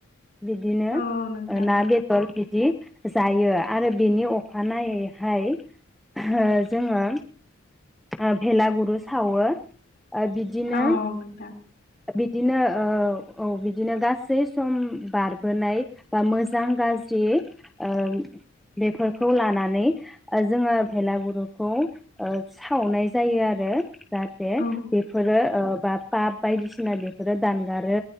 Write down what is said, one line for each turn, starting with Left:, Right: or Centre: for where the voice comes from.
Centre: बिदिनो
Left: औ नोंथां
Centre: ओ ना बेदर बिदि जायो। आरो बेनि अखानायैहाय ओ जोङो ओ भेलागुर सावो ओ बिदिनो
Left: औ
Centre: बि
Left: नोंथां
Centre: बिदिनो औ औ बिदिनो गासै सम बारबोनाय बा मो मोजां गाज्रि ओ बेफोरखौ खौ लानानै ओ जोङो भेलागुरुखौ ओ सावनाय जायो आरो। जाहाथे
Left: औ
Centre: बेफोरो ओ बा पाप बायदिसिना बेफोरो दानगारो।